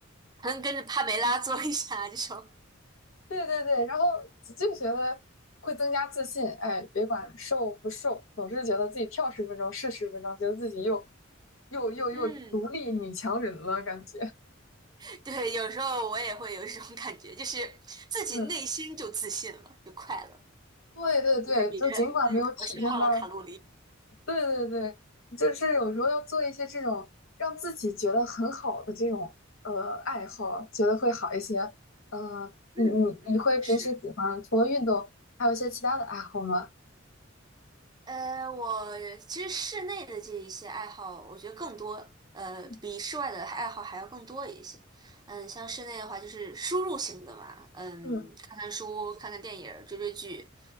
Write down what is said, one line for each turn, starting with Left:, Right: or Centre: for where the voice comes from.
Right: 好能跟着帕梅拉做一下这种。
Left: 对对对，然后就觉得会增加自信，哎，别管瘦不瘦，总是觉得自己跳十分钟是十分钟，觉得自己又又又又独立女强人了，
Right: 嗯，
Left: 感觉，
Right: <laughs> 对，有时候我也会有一种感觉，就是自己内心就自信了，
Left: 嗯，
Right: 就快乐，
Left: 对对对，
Right: 别人，
Left: 就尽管没有体现到，
Right: 嗯，我消耗了卡路里。
Left: 对对对，就是有时候要做一些这种让自己觉得很好的这种呃爱好，觉得会好一些。嗯、
Right: 嗯嗯，
Left: 你你你会平时喜欢除了运动，
Right: 是。
Left: 还有一些其他的爱好吗？
Right: 呃，我其实室内的这一些爱好，我觉得更多，呃，
Left: 嗯
Right: 比室外的爱好还要更多一些。嗯，像室内的话，就是输入型的嘛，嗯，
Left: 嗯
Right: 看看书、看看电影儿追追剧。